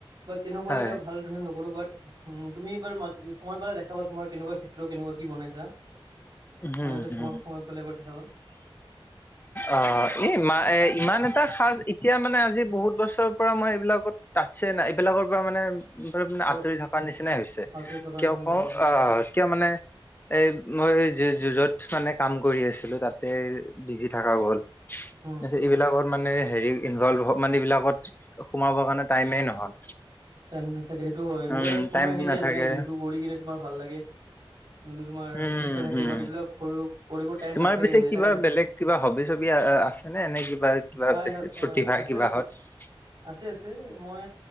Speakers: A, on the right; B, on the left.
A: বা তেনেকুৱা
B: হয়
A: এটা ভাল ড্ৰয়িং নকৰো বাট উ তুমি এইবাৰ সময় পালে দেখাবা তোমাৰ কেনেকুৱা চিত্ৰ কেনেকুৱা কি বনাইছা
B: হুম
A: মইতে
B: হুম
A: সম সময় পালাই বা খাবা
B: অ এই ইা এ ইমান এটা সাজ এতিয়া মানে আজি বহুত বছৰৰ পৰা মই বিলাকত তাটছে না এইবিলাকৰ পৰা মানে ধ মানে
A: অলপ
B: আঁতৰি থকাৰ নিচিনাই হৈছে
A: আঁতৰি থকাৰ
B: কিয়
A: নিচিনা হৈছে
B: কওঁ আহ কিয় মানে এই মই যুঁজত মানে কাম কৰি আছিলো তাতে বিজি থকা গ'ল
A: উম,
B: এইবিলাকত মানে হেৰি ইনভলভ মানে এই বিলাকত সোমাবৰ কাৰণে টাইমেই নহল
A: টাইম নাথাকে সেইটো হয় এনেকুৱা
B: উম
A: সময়
B: টাইম
A: আহি
B: নাথাকে
A: যায় মানে যোনটো কৰি কিনে তোমাৰ ভাল লাগে যোনটো তোমাৰ
B: উম
A: ইচ্ছা থাকে
B: হম
A: বা এইিবিলাক সৰু কৰিব টাইম
B: তোমাৰ
A: নাথাকে
B: পিছে
A: মানে
B: কিবা
A: এটা
B: বেলেগ কিবা হবি চবি আছে নে এনে কিবা কিবা
A: হয়
B: বেছি
A: হয় অ'
B: প্ৰতিভা
A: আছে
B: কিবাাহত
A: আছে আছে আছে মই